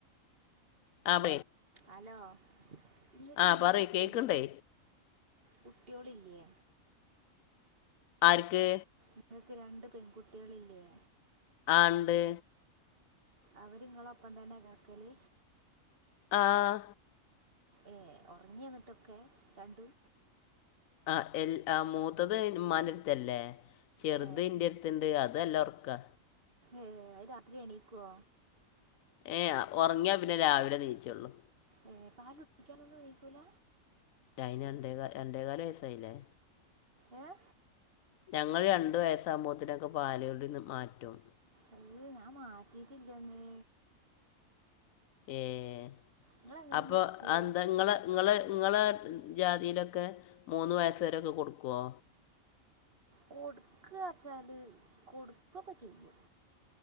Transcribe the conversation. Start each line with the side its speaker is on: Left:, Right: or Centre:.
Left: ആഭെ.
Right: അലോ ഇങ്ങക്ക്
Left: ആ
Right: രണ്ട്
Left: പറയ്
Right: കുട്ടിയോളില്ലേ?
Left: കേൾക്കണ്ടേ
Right: കുട്ട്യോളില്ലേ?
Left: ആര്ക്ക്?
Right: ഇങ്ങക്ക് രണ്ട് പെൺകുട്ട്യോളില്ലേ?
Left: ആഹ് ണ്ട്.
Right: അവരിങ്ങളപ്പം തന്നെ കൊക്കല്?
Left: ആഹാ
Right: ഏഹ് ഉറങ്ങ്യന്ന്ട്ടൊക്കെ രണ്ടും?
Left: ആ എല്ല ആഹ് മൂത്തത് മ്മാന്റെര്ത്തല്ലേ? ചെറുത്
Right: ഏ
Left: ന്റെടുത്ത്ണ്ട് അതല്ലൊറക്കാ.
Right: ഏ അത് രാത്രി എണീകോ?
Left: എഹേ ഒറങ്ങിയാ പിന്നെ രാവിലെ നീച്ചൊള്ളൂ.
Right: എഹേ പാലുടിക്കാനൊന്നും നീക്കൂല?
Left: അയ്ന് രണ്ടേകാ രണ്ടേകാല് വയസ്സായിലേ
Right: ഏഹേ?
Left: ഞങ്ങൾ രണ്ട് വയസ്സാമ്പോത്തിനൊക്കെ പാലുകുടിന്ന് മാറ്റും.
Right: അഹ് ഞാ മാറ്റീട്ടില്ല്യന്ന്
Left: ഏഹേ
Right: നിങ്ങളെങ്ങനെ
Left: അപ്പൊ
Right: നിർത്തിയേ
Left: അയെന്താ? ഇങ്ങളെ ങ്ങൾ ങ്ങളെ ജാതീലൊക്കെ മൂന്ന് വയസ്സ് വരൊക്കെ കൊടുക്ക്വോ?
Right: കൊട്ക്കാച്ചാല് കൊട്ക്കൊക്കെ ചെയ്യും.